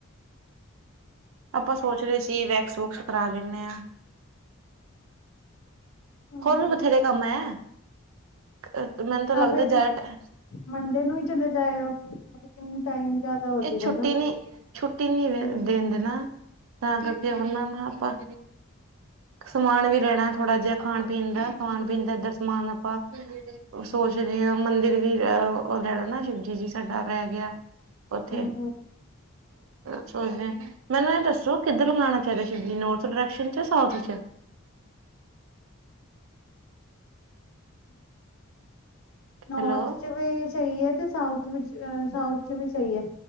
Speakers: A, on the right (about 70°); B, on the left (about 75°).
A: ਆਪਾਂ ਸੋਚ ਰਹੇ ਸੀ ਵੈਕਸ ਵੁਕਸ ਕਰਾ ਲੈਨੇ ਆਂ।
B: ਹੂੰ
A: ਹੋਰ ਵੀ ਬਥੇਰੇ ਕੰਮ ਐ। ਅ ਮੈਨੂੰ ਤਾਂ ਲੱਗਦਾ
B: ਫਿਰ ਤੁਸੀਂ
A: ਜਾਟ ਐ
B: ਮੰਡੇ ਨੂੰ ਹੀ ਚਲੇ ਜਾਇਓ। ਲੇਕਿਨ ਟਾਈਮ ਜ਼ਿਆਦਾ ਹੋਜੂਗਾ
A: ਇਹ ਛੁੱਟੀ
B: ਨਾ।
A: ਨੀ ਛੁੱਟੀ ਨੀ ਦਣ
B: ਹੂੰ।
A: ਦੇਣ ਦੇ ਨਾ। ਤਾਂ ਕਰਕੇ ਉਹਨਾਂ ਨਾਲ ਆਪਾਂ ਸਮਾਨ ਵੀ ਲੈਣਾ ਥੋੜ੍ਹਾ ਜਿਹਾ ਖਾਣ ਪੀਣ ਦਾ ਖਾਣ ਪੀਣ ਦਾ ਇੱਧਰ ਸਮਾਨ ਆਪਾਂ ਸੋਚ ਰਹੇ ਹ ਮੰਦਿਰ ਵੀ ਅਹ ਉਹ ਲੈਣਾ ਨਾ ਸ਼ਿਵਜੀ ਜੀ ਸਾਡਾ ਰਹਿ ਗਿਆ। ਉੱਥੇ
B: ਹੂੰ ਹੂੰ
A: ਸੋਚਦੇ ਮੈਨੂੰ ਇਹ ਦੱਸੋ ਕਿੱਧਰ ਲਗਾਉਣਾ ਚਾਹੀਦਾ ਸ਼ਿਵਜੀ ਨੋਰਥ ਡਾਇਰੈਕਸ਼ਨ ਚ ਸਾਊਥ ਚ। ਹੈਲੋ
B: ਨੋੌਰਥ ਚ ਵੀ ਸਈ ਏ ਕੇ ਸਾਊਥ ਵਿੱਚ ਸਾਊਥ ਚ ਵੀ ਸਈ ਏ।